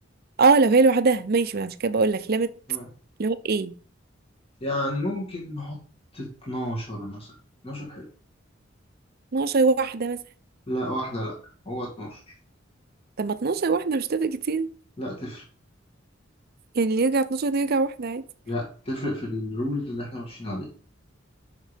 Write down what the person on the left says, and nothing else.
أه
يعني ممكن نحط 12 مثلا 12 حلو
لا واحدة لا هو 12
لا تفرق
لا تفرق في الرولز اللي احنا ماشيين عليها